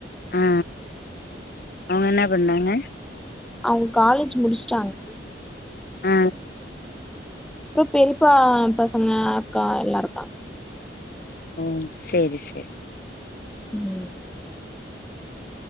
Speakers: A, on the left (about 50°); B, in the centre.
A: அஅ அவுங்க என்ன பண்றாங்க
B: அவுங்க காலேஜ் முடுஸ்ட்டாங்க
A: அ
B: அப்பறோ பெரிப்பா பசங்க அக்கா எல்லாருக்காங்க
A: ம் சேரி சேர்
B: ம்